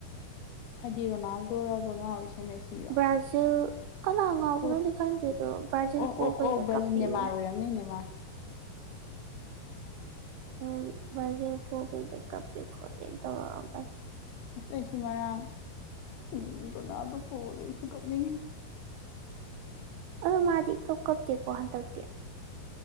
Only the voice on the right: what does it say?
ꯕ꯭ꯔꯥꯖꯤꯜ ꯀꯅꯥ ꯉꯥꯎꯕꯅꯣꯗꯤ
ꯈꯪꯗꯦꯗꯣ ꯕ꯭ꯔꯥꯖꯤꯜ
ꯄꯨꯕꯩꯗ
ꯀꯥꯞꯄꯦ
ꯌꯦ
ꯍꯣꯢ ꯕꯔꯥꯖꯤꯜ ꯄꯣꯕꯩꯗ ꯀꯥꯞꯄꯦ ꯈꯣꯜꯂꯦ ꯇꯧꯔꯛ ꯑꯝꯕꯅꯦ
ꯑꯗꯣ ꯃꯥꯗꯤ ꯏꯀꯥꯞ ꯀꯞꯇꯦꯀꯣ ꯍꯟꯗꯛꯇꯤ